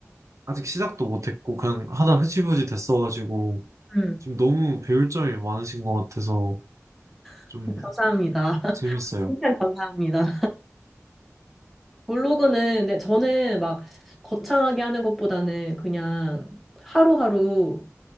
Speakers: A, on the right (about 75°); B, in the centre.
A: 아직 시작도 못했고 그냥 하다 흐지부지 됐어가지고
B: 음,
A: 지금 너무 배울 점이 많으신 것 같아서
B: <laughs>
A: 좀
B: 감사합니다. <laughs>
A: 재밌어요.
B: 칭찬 감사합니다. 블로그는 네, 저는 막 거창하게 하는 것보다는 그냥 하루하루